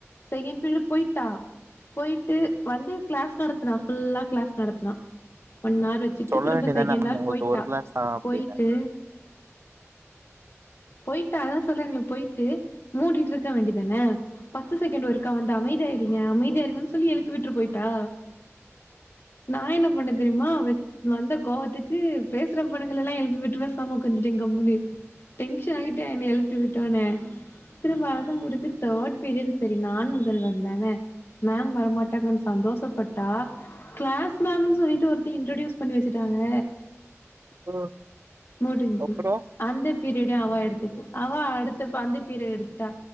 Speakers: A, on the left (about 50°); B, on the right (about 55°).
A: செகண்ட் பீரியட் போய்ட்டா போய்ட்டு வந்து கிளாஸ் நடத்துனா ஃபுல்லா கிளாஸ் நடத்துனா ஒன் ஆர் வச்சுட்டு
B: சொல்ல
A: திரும்ப
B: வேண்டியதான
A: செகண்ட்
B: மேம்
A: ஆர்
B: உங்களுக்கு
A: போய்ட்டா
B: ஒரு கிளாஸ் தா அப்டின்னு
A: போய்ட்டு போய்ட்டா அதா சொல்றாங்களே போய்ட்டு மூடிட்டு இருக்க வேண்டிதான பத்து செகண்ட் ஒருக்கா வந்து அமைதியாயிருங்க அமைதியா இருங்கன் சொல்லி எழுப்பி விட்டு போய்ட்டா நா என்ன பண்ண தெரியுமா வந்த கோவத்துக்கு பேசுற பொண்ணுங்களல்லா எழுப்பி விட்ருவ சம்ம குடுத்துட்டே கம்முனு டென்ஷன் ஆய்ட்ட என்ன எழுப்பி விட்டவொனே சித்திர மாத முடிஞ்சு தேர்ட் பீரியட்னு சரி நான் முதல்வன் தான மேம் வரமாட்டாங்கன் சந்தோஷப்பட்டா கிளாஸ் மேம்னு சொல்லிட்டு ஒருத்தி இன்ட்ரடியூஸ் பண்ணி வச்சுட்டாங்க
B: ம்
A: முடிஞ்ச்சு
B: அப்றோ
A: அந்த பீரியட் அவா எடுத்துக்கு அவா அடுத்த அந்த பீரியட் எடுத்துட்டா